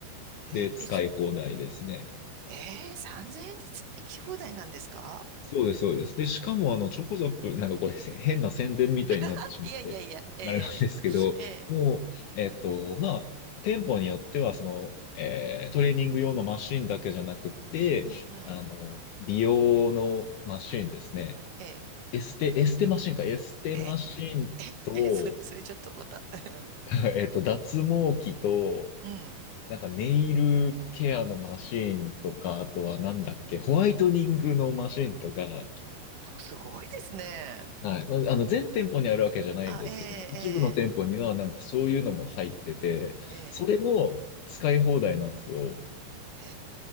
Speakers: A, on the right; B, on the left.
A: え、
B: で使い放題ですね。
A: え、そえー、3000円でつ行き放題なんですか
B: そうです、そうです。で、しかも、あの、チョコザップ、なんかこれ、せ変な宣伝みたいになってしまって、
A: <laughs> いやいやいや、ええええ
B: あれなんですけど、もう、えっと、まあ、店舗によっては、その、えートレーニング用のマシンだけじゃなくて、
A: うんうん、
B: あの、美容のマシンですね。
A: ええ
B: エステ、エステマシンか、エステマシンと、
A: えええ、え、それ、それちょっとまた、<laughs> うん
B: <laughs> えっと、脱毛器と、
A: うん。
B: なんかネイルケアのマシンとか、あとはなんだっけ、ホワイトニングのマシンとか、
A: あすごいですね。
B: はい。まあ、あの、全店舗にあるわけじゃないんですけども、
A: あ、
B: 一部の店舗にはなんかそういうのも入ってて、
A: ええええええ
B: それも使い放題なんですよ。
A: へ